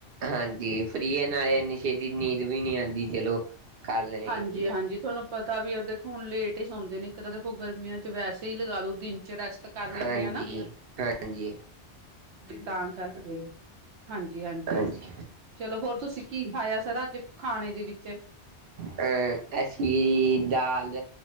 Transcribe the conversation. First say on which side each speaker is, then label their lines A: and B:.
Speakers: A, on the right; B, on the right.
A: ਹਾਂਜੀ ਫਰੀ ਆ ਨਾਲੇ ਐਨੀ ਛੇਤੀ ਨੀਂਦ ਵੀ ਨੀ ਆਂਦੀ ਚਲੋ। ਕਰ ਲੈਣੀ
B: ਹਾਂਜੀ-ਹਾਂਜੀ
A: ਚਾਹੀਦੀ ਹੈ,
B: ਤੁਹਾਨੂੰ ਪਤਾ ਵੀ ਦੇਖੋ ਹੁਨ ਲੇਟ ਈ ਸੌਂਦੇ ਨੇ ਇੱਕ ਤਾਂ ਦੇਖੋ ਚ ਵੈਸੇ ਈ ਲਗਾ ਲੋ ਦਿਨ ਚ ਰੈਸਟ ਕਰ ਲੈਂਦੇ
A: ਹਾਂਜੀ,
B: ਆ ਨਾ,
A: ਹਾਂਜੀ,
B: ਤਾਂ ਕਰ ਹਾਂਜੀ-ਹਾਂਜੀ।
A: ਹਾਂਜੀ।
B: ਚਲੋ ਹੋਰ ਤੁਸੀਂ ਕੀ ਖਾਇਆ ਸਰ ਅੱਜ ਖਾਣੇ ਦੇ ਵਿੱਚ।
A: ਐ, ਅਸੀ ਦਾਲ